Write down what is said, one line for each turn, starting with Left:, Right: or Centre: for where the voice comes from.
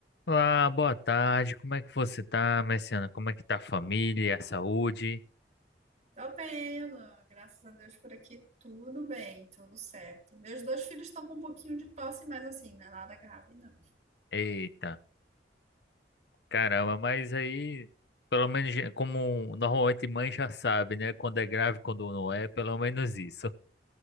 Left: Olá, boa tarde. Como é que você tá, Messiana? Como é que tá a família, a saúde?
Right: Tô bem, Alan. Graças a Deus por aqui tudo bem, tudo certo. Meus dois filhos estão com um pouquinho de tosse, mas assim, não é nada grave, não.
Left: Eita, caramba, mas aí, pelo menos já- como normalmente mãe já sabe, né? Quando é grave, quando não é, pelo menos isso.